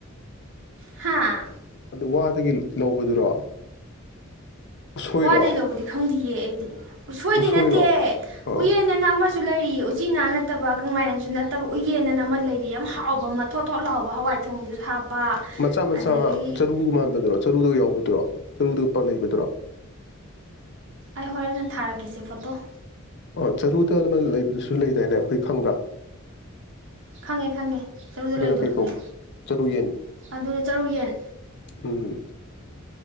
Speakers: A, on the right; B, on the left.
A: ꯍꯥꯥ
B: ꯋꯥꯗꯒꯤ ꯂꯧꯕꯗꯨꯔꯣ ꯎꯁꯣꯏꯔꯣ
A: ꯋꯥꯗꯩ ꯂꯧꯕꯗꯤ ꯈꯪꯗꯌꯦ ꯑꯩꯗꯤ ꯎꯁꯣꯏꯗꯤ
B: ꯎꯁꯣꯏꯔꯣ
A: ꯅꯠꯇꯦ
B: ꯑ
A: ꯎꯌꯦꯅꯅ ꯑꯃꯁꯨ ꯂꯩꯔꯤꯌꯦ ꯎꯆꯤꯅꯥ ꯅꯠꯇꯕ ꯀꯪꯂꯥꯟꯁꯨ ꯅꯠꯇꯕ ꯎꯌꯦꯟ ꯑꯅ ꯑꯃ ꯂꯩꯔꯤ ꯌꯥꯝ ꯍꯥꯎꯕ ꯑꯃ ꯊꯣꯠ ꯊꯣꯠ ꯍꯥꯎꯕ ꯍꯋꯥꯏ ꯊꯣꯡꯕꯗꯨꯁꯨ ꯍꯥꯞꯄ
B: ꯃꯆꯥ ꯃꯆꯥ
A: ꯑꯗꯒꯤ
B: ꯆꯔꯨ ꯃꯥꯟꯕꯗꯔꯣ ꯆꯔꯨꯗꫭ ꯌꯥꯎꯕꯗꯨꯔ ꯆꯔꯨꯗꯨꯒ ꯄ ꯂꯩꯕꯗꯨꯔ
A: ꯑꯩ ꯍꯣꯔꯦꯟꯅ ꯊꯥꯔꯛꯀꯁꯦ ꯐꯣꯇꯣ
B: ꯑꯣ ꯆꯔꯨꯗ ꯑꯃ ꯂꯩꯕꯗꯨꯁꯨ ꯂꯩꯗꯥꯏꯅꯦ ꯑꯩꯈꯣꯏ ꯈꯪꯕ꯭ꯔꯥ
A: ꯈꯪꯉꯦ ꯈꯪꯉꯦ ꯆꯔꯨꯗꯣ
B: ꯑꯗꯨꯅ
A: ꯂꯩꯕꯗꯣ
B: ꯀꯩ
A: ꯈꯪꯉꯦ
B: ꯀꯧꯕ ꯆꯔꯨ ꯌꯦꯟ
A: ꯑꯗꯨꯅ ꯆꯔꯨ ꯌꯦꯟ
B: ꯎꯝ